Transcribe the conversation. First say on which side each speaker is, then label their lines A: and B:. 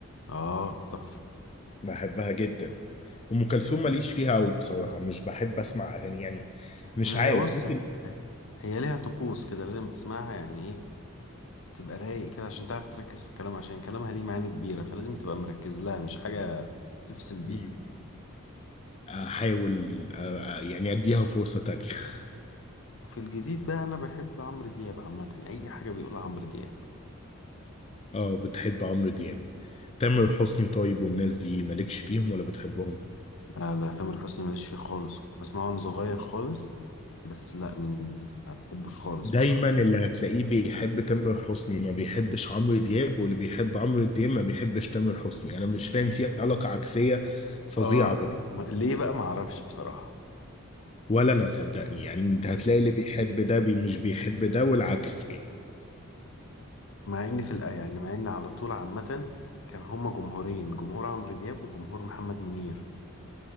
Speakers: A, on the left; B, on the left.
A: اه تحفه
B: بحبها جدا أم كلثوم ماليش فيها أوي بصراحة مش بحب أسمع أغاني يعني مش
A: انا
B: عارف
A: هي بص
B: ممكن
A: هي هي ليها طقوس كده لازم تسمعها يعني ايه تبقى رايق كده عشان تعرف تركز في كلامها عشان كلامها ليه معاني كبيره فلازم تبقى مركز لها مش حاجه تفصل بيها
B: مم. أحاول آه، آه، يعني أديها فرصة تانية <laughs>
A: وفي الجديد بقى انا بحب عمرو دياب عامه اي حاجه بيقولها عمرو دياب
B: اه بتحب عمرو دياب تامر حسني طيب والناس دي مالكش فيهم ولا بتحبهم
A: لا لا تامر حسني ماليش فيه خالص كنت بسمعه وانا صغير خالص بس لا من ما بحبوش خالص
B: دايما
A: بصراحة
B: اللي هتلاقيه بيحب تامر حسني ما بيحبش عمرو دياب واللي بيحب عمرو دياب ما بيحبش تامر حسني انا مش فاهم في علاقة عكسية فظيعة
A: اه
B: بينهم
A: ما- ليه بقى ما اعرفش بصراحة
B: ولا انا صدقني يعني انت
A: بس
B: هتلاقي اللي بيحب ده بي مش بيحب ده والعكس يعني
A: مع ان في الآية يعني مع ان على طول عامة كان هما جمهورين جمهور عمرو دياب وجمهور محمد منير